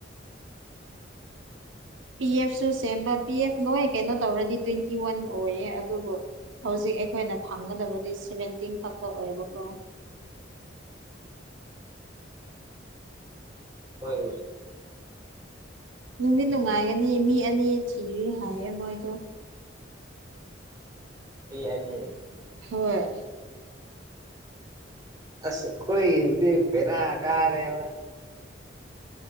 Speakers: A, on the right; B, on the right.
A: ꯄꯤ ꯑꯦꯐꯁꯨ ꯁꯦꯝꯕ ꯄꯤ ꯑꯦꯐ ꯅꯣꯏ ꯀꯩꯅꯣ ꯇꯧꯔꯗꯤ ꯇꯣꯏꯇꯤꯋꯥꯟ ꯑꯣꯏꯌꯦ ꯑꯗꯨꯕꯨ ꯍꯧꯖꯤꯛ ꯑꯩꯈꯣꯏꯅ ꯐꯪꯒꯗꯕꯗꯤ ꯁꯦꯚꯦꯟꯇꯤꯟ ꯈꯛꯇ ꯑꯣꯏꯕꯀꯣ
B: ꯍꯣꯏ
A: ꯅꯨꯡꯗꯤ ꯅꯨꯡꯉꯥꯏꯒꯅꯤ ꯃꯤ ꯑꯅꯤ ꯊꯤꯔꯤ ꯍꯥꯏꯌꯦ ꯃꯣꯏꯗꯣ
B: ꯃꯤ ꯑꯅꯤ
A: ꯍꯣꯏ
B: ꯑꯁ ꯈꯣꯏꯗꯤ ꯕꯦꯔꯥ ꯀꯥꯔꯦꯕ